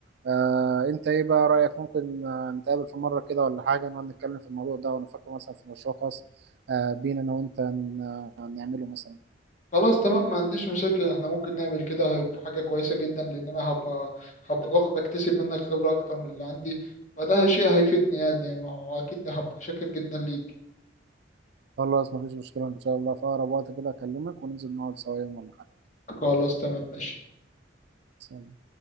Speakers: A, on the right (about 60°); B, on the left (about 40°).
A: آه، أنت إيه بقى رأيك ممكن آه، نتقابل في مرة كده ولا حاجة نقعد نتكلم في الموضوع ده ونفكر مثلا في مشروع خاص آه، بينا انا وانت ن- نعمله مثلا
B: خلاص تمام ما عنديش مشاكل احنا ممكن نعمل كده هيبقى حاجه كويسه جدا لان انا هبقى هبقى واخد- بكتسب منك خبره اكتر من اللي عندي فده شيء هيفيدني يعني ما هو اكيد هبقى شاكر جدا ليك
A: خلاص مفيش مشكلة ان شاء الله في اقرب وقت كده اكلمك وننزل نقعد سوا يوم ولا حاجة
B: خلاص تمام ماشي
A: سلام